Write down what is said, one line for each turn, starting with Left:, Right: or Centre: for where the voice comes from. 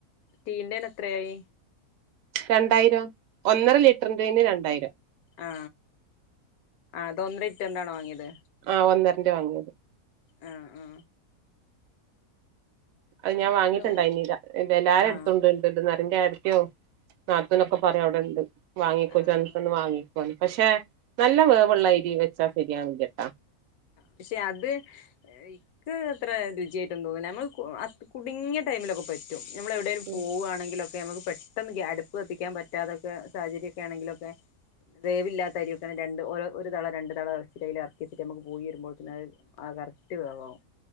Left: സ്റ്റീലിന്റെന് എത്രയായി
Right: രണ്ടായിരം ഒന്നര ലിറ്ററിന്റെന് രണ്ടായിരം
Left: ആ അത് ഒന്നര ലി റ്റർന്റെ ആണോ വാങ്ങിയത്
Right: ആ ഒന്നാരെന്റെ വാങ്ങിയത്
Left: ആ ആ
Right: അത് ഞാൻ
Left: ഞങ്ങക്ക്
Right: വാങ്ങിയിട്ടുണ്ടായിരുന്നില്ല ഇത് എല്ലാരും
Left: ആ
Right: എടുത്തു ഉണ്ട് ണ്ട്ന്ന് പറ എന്റെ ഏടത്തിയോം നാത്തൂനും ഒക്കെ പറയും അവിടെ ഇണ്ട് വാങ്ങിക്കെ
Left: ആ
Right: ജ് അൻകൊന്നു വാങ്ങി പക്ഷേ നല്ല വേവുള്ള അരി വെച്ച ശരിയാവില്ലട്ടാ
Left: പക്ഷേ അത് ഇക്ക് അത്ര രുചിയായിട്ടൊന്നും ഒന്നിയില്ല നമ്മള് ആ കുടുങ്ങിയ ടൈംമിലൊക്കേ പറ്റും നമ്മള് എവിടേലും
Right: ഉം
Left: പോവാണെങ്കില് ഒക്കെ നമ്മക്ക് പെട്ടെന്ന് ഗ്യാ അടുപ്പ് കത്തിക്കാൻ പറ്റാത്തഒക്കെ സാഹചര്യഒക്കെ ആണെങ്കില് വേവില്ലാത്ത അരിയൊക്കെയാണേ രണ്ട് ഒരു തള രണ്ട് തള തളച്ചിട്ട് അയല് എത്തി ഇട്ടിട്ട് നമ്മ പോയി വരുമ്പോഴിക്കും അത് ആ കറക്റ്റ് വേവ് ആവും